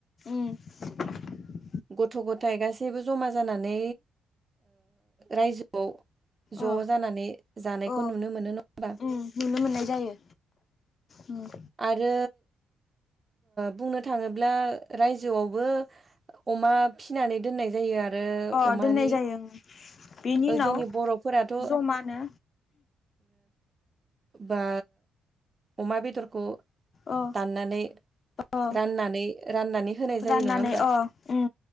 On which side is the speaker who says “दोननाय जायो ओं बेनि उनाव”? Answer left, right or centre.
Left